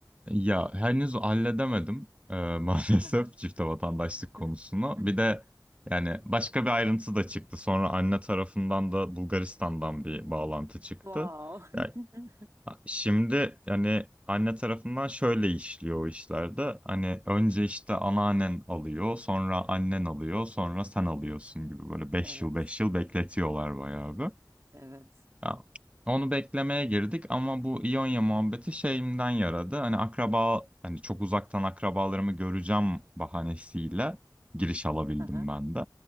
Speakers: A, on the right; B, on the right.
A: Ya henüz halledemedim e, <laughs> maalesef
B: Hı hı.
A: çifte vatandaşlık
B: <laughs>
A: konusunu. Bir de yani başka bir ayrıntı da çıktı. Sonra anne tarafından da Bulgaristan'dan bir bağlantı çıktı.
B: Wow. <laughs>
A: Yani şimdi yani anne tarafından şöyle işliyor o işlerde. Hani önce işte anneannen alıyor, sonra annen alıyor, sonra sen alıyorsun gibi böyle beş
B: Evet.
A: yıl 5 yıl bekletiyorlar bayağı bir.
B: Evet.
A: Ya, onu beklemeye girdik ama bu İonya muhabbeti şeyimden yaradı. Hani akraba hani çok uzaktan akrabalarımı göreceğim bahanesiyle giriş alabildim
B: Hı hı.
A: ben de.